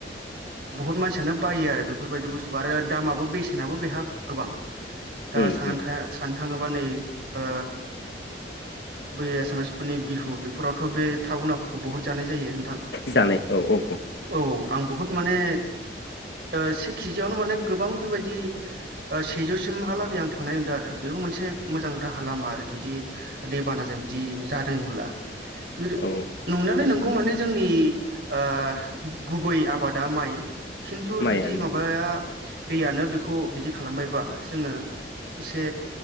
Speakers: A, on the right; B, on the left.
A: बुहुत मानसियानो बाइयो आरो बेफोरबायदि बुस्तुखौ आरो दामाबो बेसे नयाबो बेहा गोबां दा
B: उम
A: सानया
B: उम
A: थाया सान थाङोबा नै ओ बै एसामिसफोरनि बिहु बेफोरावथ' बे थाउनाफोरखौ बहुद जानाय जायो। नोंथां
B: जानाय औ औ
A: औ आं बुहुद माने ओ से केजियावनो माने गोबां बेबाय दि ओ सेजौसिमहालागै आं थांनाय नुदों आरो बेबो मोनसे मोजां राहा लामा आरो जुदि दैबानाजों बिदि जादोंब्ला <unintelligible>
B: औ
A: नंनायालाय नों गौ माने जोंनि ओ गुबै आबादा माइ। खिन्थु
B: माइयानो
A: जुदि माबाया दैयानो बे खौ बिदि खालामबायबा जोङो एसे